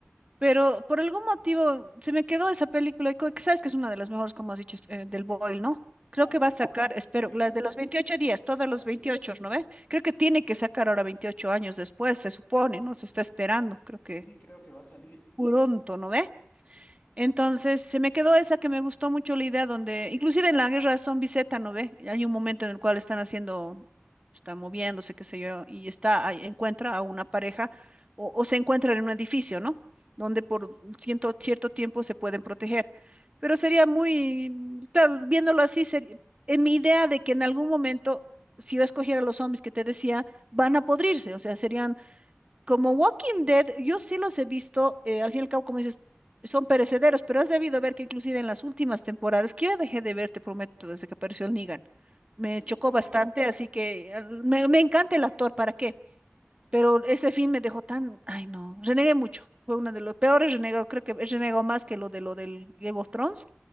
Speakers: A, on the right (about 25°); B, on the left (about 55°).
A: pero por algún motivo se me quedó esa película, y co- que sabes que es una de las mejores, como has dicho, eh, del Boyle, ¿no?
B: ¿Cuál?
A: Creo que va a sacar, espero,
B: ¿veintiocho?
A: la de los 28 días, todos
B: Ah,
A: los
B: sí.
A: 28, ¿no ve? Creo que tiene que sacar ahora 28 años después, se supone, ¿no? Se está esperando, creo que
B: Sí, creo que va a salir.
A: pronto, ¿no ve? Entonces, se me quedó esa que me gustó mucho la idea donde, inclusive en la guerra zombie Z, ¿no ve? Hay un momento en el cual están haciendo, están moviéndose, qué sé yo, y está, ahí encuentra a una pareja o, o se encuentran en un edificio, ¿no? Donde por cierto, cierto tiempo se pueden proteger. Pero sería muy, mm, claro, viéndolo así, sería, en mi idea de que en algún momento, si yo escogiera los zombies que te decía, van a podrirse, o sea, serían como Walking Dead, yo sí los he visto, eh, al fin y al cabo, como dices, son perecederos, pero has debido ver que inclusive en las últimas temporadas, que yo dejé de ver, te prometo, desde que apareció el Negan, me
B: Sí,
A: chocó
B: yo también.
A: bastante, así que eh, me, me encanta el actor, ¿para qué? Pero este fin me dejó tan, ay no, renegué mucho, fue uno de los peores renegados, creo que he renegado más que lo de lo del Game of Thrones,